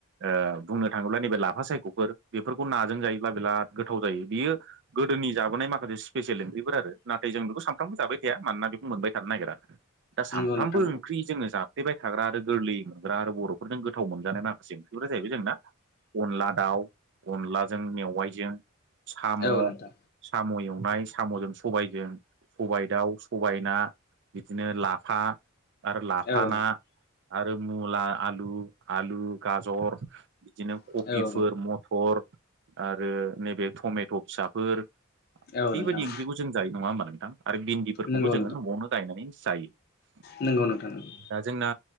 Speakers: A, on the right; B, on the left.
A: ओ बुंनो थाङोब्ला नैबे लाफा सायख'फोर बेफोरखौ नाजों जायोब्ला बिराद गोथाव जायो बियो गोदोनि जाबोनाय माखासे स्पेसियेल ओंख्रि फोर आरो नाथाय जों बेखौ सानफ्रामबो जाबाय थाया मानोना बेखौ मोनबाय थानो नागिरा दा सानफ्रामबो
B: नंगौ नोंथां
A: ओंख्रि जोङो जा बाय थाग्रा आरो गोरलैयै मोनग्रा आरो बर'फोरजों गोथाव मोनजानाय माखासे ओंख्रिफोरा जाहैबाय जोंना अनला दाउ अनलाजों मेवाइजों साम'
B: औ नोंथां औ नोंथां
A: साम' एवनाय साम'जों स सबायजों सबाय दाउ सबाय ना बिदिनो लाफा आरो लाफा
B: औ
A: ना आरो मुला आलु आलु गाजर बिदिनो
B: नोंथां
A: कपिफोर मत तर आरो नैबे थमेथ फिसाफोर बेबायदि
B: औ नोंथां
A: ओंख्रिखौ जों जायो नङा होमबा नोंथां आरो भिन्दिफोरखौबो
B: नंगौ
A: जोङो न'आवनो गायनानै जायो
B: नोंगौ नोंथां नोंगौ
A: दा जोंना